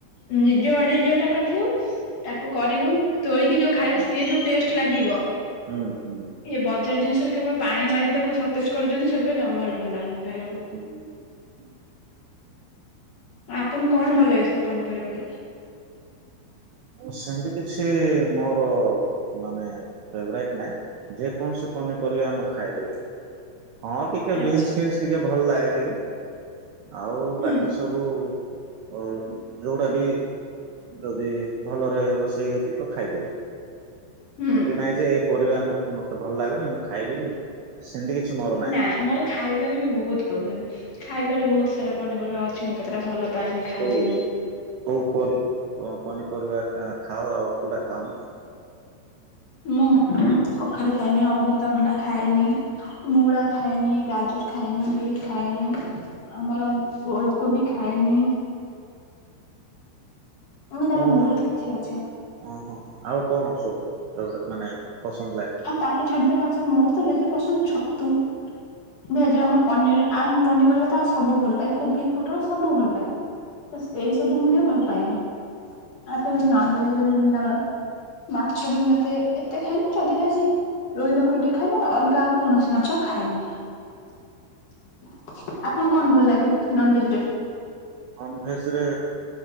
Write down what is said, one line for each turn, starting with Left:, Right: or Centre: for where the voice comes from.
Left: ନିଜ ବାଡିରେ ଯୋଉଟା କରିଥିବୁ ତାକୁ କରିବୁ। ତୋଳିକି ଯୋଉ ଖାଇବୁ
Right: ହଁ
Left: ସିଏ ଯୋଉ ଟେଷ୍ଟ ଲାଗିବ
Right: ହୁଁ ହୁଁ
Left: ବଜାର ଜିନିଷ। କେବଳ ପାଣି ମାରିକି ତାକୁ ସତେଜ କରୁଛନ୍ତି ସେଗୁଡା ଜମାରୁ ଭଲ ଲାଗୁନି। ଖାଇବାକୁ।
Right: <inaudible>
Left: ଆପଣଙ୍କୁ କଣ ଭଲ ଲାଗେ ସବୁ ପନିପରିବାରେ।
Right: ମୁଁ ସେମିତି କିଛି ମୋର ମାନେ ଫେବରାଇଟ ନାହିଁ ଯେକୌଣସି। ପନିପରିବା ମୁକ ଖାଇଦେବି। ହଁ ଟିକେ
Left: ଆଚ୍ଛା
Right: ବିନ୍ସ ଫିନ୍ସ ଟିକେ ଭଲ ଲାଗେ ଟିକେ ଆଉ
Left: ହୁଁ
Right: ବାକି ସବୁ। ହ ଯୋଉଟା ବି ଯଦି। ଭଲରେ ରୋଷେଇ ହେଇଛି ତ ଖାଇଦେବି
Left: ହୁଁ।
Right: ସେମତି ନହିଁ ଯେ ଏ ପରିବା ମୁଁ। ମତେ ଭଲ ଲାଗୁନି ମୁଁ ଖାଇବିନି। ସେମିତି କିଛି ମୋର ନାହିଁ।
Left: ନା ମୋର ଖାଇବାରେ ବି ବହୁତ ପ୍ରୋବ୍ଲେମ୍। ଖାଇବାରେ ବହୁତ ସାରା ପନିର ଅଛି ମୁଁ କେତେଟା ଭଲ। ପାଏନି ଖାଇବିନି।
Right: ହ କୋଉ ପନିପରିବା ଖାଅ ଆଉ କୋଉଟା। ଖାଅ।
Left: ମୁଁ। କଖାରୁ ଖାଏନି ଅମୃତଭଣ୍ଡା ଖାଏନି ମୂଳା ଖାଏନି ଗାଜର ଖାଏନି ବିଟ୍ ଖାଏନି। ଖଏନି ଆମର ଓଲକୋବି ଖାଏନି। ଏମିତି
Right: ହଁ
Left: ଆହୁରି ବହୁତ କିଛି ଅଛି
Right: ଓ ହୋ ଆଉ କଣ ସବୁ ମାନେ। ପସନ୍ଦ ଲାଗେ?
Left: ଆଉ ତାକୁ ଛାଡିଦେଲେ ମୋର ତ ବେଶୀ ପସନ୍ଦ ଛତୁ। ଭେଜରେ
Right: ହଁ
Left: ଆମର ପନିର ଆଉ ପନିର ପରିବା ତ ଆ ସବୁଲ ପାଏ କୋବି ପଟଳ ସବୁ ଭଲ ପାଏ। ବ ଏଇ ସବୁ ମୁଁ। ଭଲ ପାଏନି ଆଉ ସେମିତି ନନ ଭେଜରେ ବି ଆମର। ମାଛ ବି ମତେ ଏତେ ଖାଇନି ଯଦି ଖାଏ। ସେ ରୋହି ଭାକୁର ଟିକେ ଖାଏ ନେ ଅଲଗା ଆଉ କୌଣସି ମାଛ ଖାଏନି। ଆପଣଙ୍କୁ କଣ ଭଲ ଲାଗେ ନନଭେଜ ରେ।
Right: ନନ ଭେଜରେ